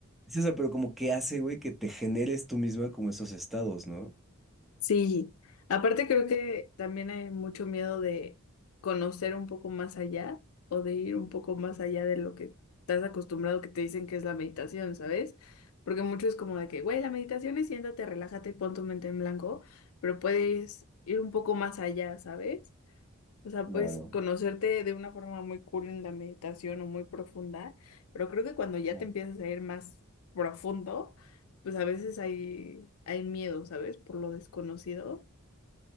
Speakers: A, in the centre; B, on the left.
A: Sí, o pero como que hace, güey, que te generes tú misma como esos estados, ¿no?
B: Sí. Aparte creo que también hay mucho miedo de conocer un poco más allá o de ir un poco más allá de lo que estás acostumbrado que te dicen que es la meditación, ¿sabes? Porque mucho es como de que, güey, la meditación es siéntate, relájate, pon tu mente en blanco, pero puedes ir un poco más allá, ¿sabes? O sea,
A: Claro.
B: puedes conocerte de una forma muy cool en la meditación o muy profunda, pero creo que cuando ya
A: no.
B: te empiezas a ir más profundo, pues a veces hay, hay miedo, ¿sabes? Por lo desconocido.